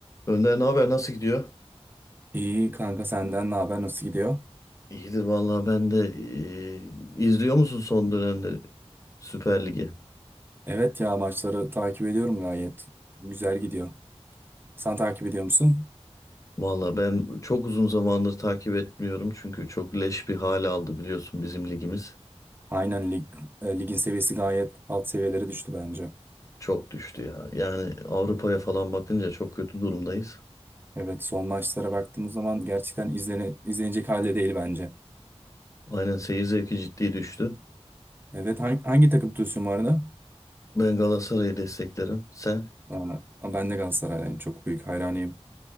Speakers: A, on the left; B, on the right.
A: Önder ne haber? Nasıl gidiyor?
B: İyi kanka senden ne haber nasıl gidiyor?
A: İyidir vallahi ben de e, izliyor musun son dönemde Süper Lig'i?
B: Evet ya maçları takip ediyorum gayet. Güzel gidiyor. Sen takip ediyor musun?
A: Vallahi ben çok uzun zamandır takip etmiyorum çünkü çok leş bir hal aldı biliyorsun bizim ligimiz.
B: Aynen lig, e, ligin seviyesi gayet alt seviyelere düştü bence.
A: Çok düştü ya. Yani Avrupa'ya falan bakınca çok kötü durumdayız.
B: Evet son maçlara baktığımız zaman gerçekten izlene, izlenecek halde değil bence.
A: Aynen seyir zevki ciddi düştü.
B: Evet hangi, hangi takım tutuyorsun bu arada?
A: Ben Galatasaray'ı desteklerim. Sen?
B: Aa, ben de Galatasaraylıyım çok büyük hayranıyım.